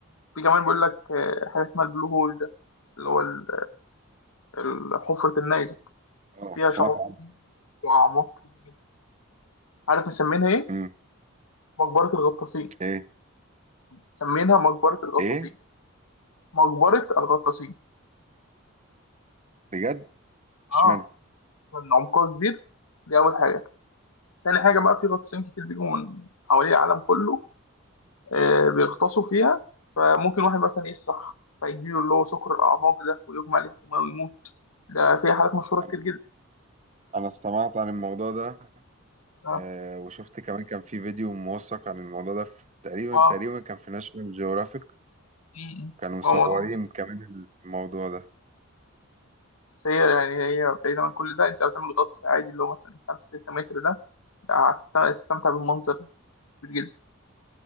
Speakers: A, on the left; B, on the right.
A: في كمان بيقول لك آه، حاجة اسمها البلو هول ده اللي هو ال- ال- حفرة النيزك
B: أه
A: فيها
B: سمعت
A: شعاب
B: عنه
A: وأعماق كتير جدا عارف مسمينها إيه؟
B: أه
A: مقبرة الغطاسين
B: ايه
A: مسمينها مقبرة الغطاسين
B: ايه
A: مقبرة الغطاسين
B: بجد اشمعنى
A: آه لأن عمقها كبير دي أول حاجة تاني حاجة بقى في غطاسين كتير بيجوا من حوالي العالم كله آه، بيغطسوا فيها فممكن واحد مثلا يسرح فيجيله اللي هو سكر الأعماق ده ويغمى عليه في المية ويموت ده في حالات مشهورة كتير
B: انا
A: جدا
B: انا سمعت عن الموضوع ده
A: اه
B: آه وشفت كمان كان في فيديو موثق عن الموضوع ده في تقريبا
A: اه
B: تقريبا كان في ناشونال جيوغرافيك
A: م- م.
B: كانوا مصورين
A: ما هو موضوع
B: كمان الموضوع ده
A: بس هي يعني هي بعيدا عن كل ده انت بتعمل غطس عادي اللي هو مثلا 5 6 متر ده ده هتست- هتستمتع بالمنظر كبير جدا